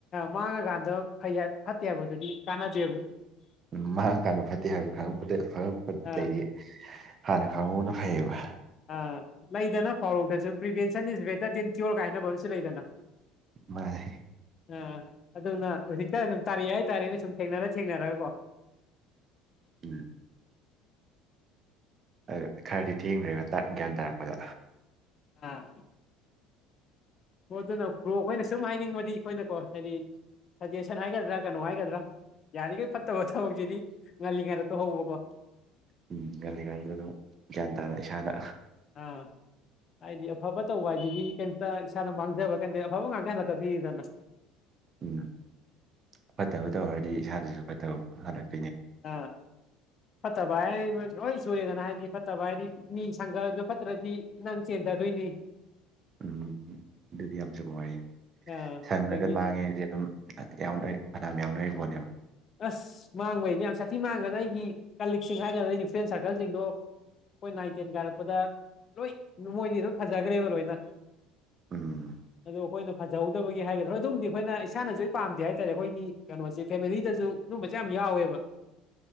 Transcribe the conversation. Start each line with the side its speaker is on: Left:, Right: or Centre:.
Left: ꯃꯥꯡꯉꯀꯥꯟꯗ ꯐꯩ ꯐꯠꯇꯦ ꯍꯥꯏꯕꯗꯨꯗꯤ ꯀꯥꯟꯅꯗꯦꯕ
Right: ꯎꯝ ꯃꯥꯡꯉ ꯀꯥꯟꯗ ꯐꯠꯇꯦ ꯍꯥꯏꯕꯗꯨꯉꯛꯄꯗ ꯈꯪꯉꯛꯄꯗꯩꯗꯤ
Left: ꯑꯥ
Right: ꯍꯥꯟꯅ ꯈꯪꯍꯧꯅ ꯐꯩꯌꯦꯕ
Left: ꯑꯥ ꯂꯩꯗꯅ ꯄꯥꯎꯔꯧꯗꯁꯨ prevention is better than cure ꯀꯥꯏꯅꯕ ꯑꯃꯁꯨ ꯂꯩꯗꯅ
Right: ꯏ
Left: ꯑꯥ ꯑꯗꯨꯅ ꯍꯧꯖꯤꯛꯇ ꯑꯗꯨꯝ ꯇꯥꯔꯛꯑꯦ ꯍꯥꯏꯇꯥꯔꯦꯅꯦ ꯁꯨꯝ ꯊꯦꯡꯅꯔ ꯊꯦꯡꯅꯔꯒꯀꯣ
Right: ꯎꯝ ꯑꯗꯨ ꯈꯔꯗꯤ ꯊꯦꯡꯈ꯭ꯔꯦꯅ ꯒ꯭ꯌꯥꯟ ꯇꯥꯔꯛꯄꯗ
Left: ꯑꯥ ꯑꯣ ꯑꯗꯨꯅ ꯕ꯭ꯔꯣ ꯑꯩꯈꯣꯏꯅ ꯁꯨꯝ ꯍꯥꯏꯅꯤꯡꯕꯗꯤ ꯑꯩꯈꯣꯏꯅꯀꯣ ꯍꯥꯏꯗꯤ ꯁꯖꯦꯁꯟ ꯍꯥꯏꯒꯗ꯭ꯔꯥ ꯀꯩꯅꯣ ꯍꯥꯏꯒꯗ꯭ꯔꯥ ꯌꯥꯔꯤꯈꯩ ꯐꯠꯇꯕ ꯊꯕꯛꯁꯤꯗꯤ ꯉꯜꯂꯤꯉꯩꯗ ꯇꯣ ꯍꯧꯕꯀꯣ
Right: ꯎꯝ ꯉꯔꯁꯤꯀꯥꯟꯗ ꯑꯗꯨꯝ ꯒ꯭ꯌꯥꯟ ꯇꯥꯅ ꯏꯁꯥꯅ
Left: ꯑꯥ ꯍꯥꯏꯗꯤ ꯑꯐꯕ ꯇꯧꯕ ꯍꯥꯏꯁꯤꯗꯤ ꯀꯩꯝꯇ ꯏꯁꯥꯅ ꯃꯥꯡꯖꯕ ꯀꯩꯗ ꯑꯐꯕ ꯉꯥꯛꯇ ꯍꯜꯂꯛꯀꯗꯣꯏꯔꯤꯗꯅ
Right: ꯎꯝ ꯐꯠꯇꯕ ꯇꯧꯔꯗꯤ ꯏꯁꯥꯗꯁꯨ ꯐꯠꯇꯕ ꯍꯜꯂꯛꯀꯦ
Left: ꯑꯥ ꯐꯠꯇꯕ ꯍꯥꯏ ꯍꯣꯏ ꯁꯨꯔꯦꯗꯅ ꯍꯥꯏꯗꯤ ꯐꯠꯇꯕ ꯍꯥꯏꯗꯤ ꯃꯤ ꯁꯪꯒꯔꯁꯨ ꯐꯠꯇ꯭ꯔꯗꯤ ꯅꯪ ꯆꯦꯟꯊꯗꯣꯏ ꯎꯝ
Right: ꯎꯝ ꯑꯗꯨꯗꯤ ꯌꯥꯝꯁꯨ ꯅꯨꯡꯉꯥꯏꯌꯦ
Left: ꯑꯥ
Right: ꯁꯪ
Left: ꯑꯗꯒꯤ
Right: ꯈꯔꯗ ꯃꯥꯡꯉꯦꯁꯦ ꯑꯗꯨꯝ ꯌꯥꯎꯅ ꯑꯗꯥꯝ ꯌꯥꯎꯅꯔꯤꯕ <inaudible>
Left: ꯑꯁ ꯃꯥꯡꯕꯩꯗꯤ ꯌꯥꯝ ꯁꯥꯊꯤ ꯃꯥꯡꯒꯅꯤ ꯑꯩꯒꯤ ꯀꯂꯤꯛꯁꯤꯡ ꯍꯥꯏꯒꯗ꯭ꯔꯥ ꯑꯩꯒꯤ ꯐ꯭ꯔꯦꯟ ꯁꯥꯔꯀꯜꯁꯤꯡꯗꯣ ꯑꯩꯈꯣꯏ ꯅꯥꯏꯟ ꯇꯦꯟ ꯀꯥꯔꯛꯄꯗ ꯂꯣꯏ ꯅꯃꯣꯏꯗꯤ ꯂꯣꯏ ꯐꯖꯈ꯭ꯔꯦꯕ ꯂꯣꯏꯅ
Right: ꯎꯝ
Left: ꯑꯗꯣ ꯑꯩꯈꯣꯏꯅ ꯐꯖꯍꯧꯗꯕꯒꯤ ꯍꯥꯏꯒꯗ꯭ꯔ ꯍꯣꯏ ꯑꯗꯨꯝꯗꯤ ꯑꯩꯈꯣꯏ ꯏꯁꯅꯁꯨ ꯑꯩ ꯄꯥꯝꯗꯦ ꯍꯥꯏꯇꯥꯔꯦ ꯑꯩꯈꯣꯏꯒꯤ ꯀꯩꯅꯣꯁꯦ ꯐꯦꯃꯤꯂꯤꯗ ꯑꯗꯨꯨꯝꯕꯁꯦ ꯌꯥꯝ ꯌꯥꯎꯋꯦꯕ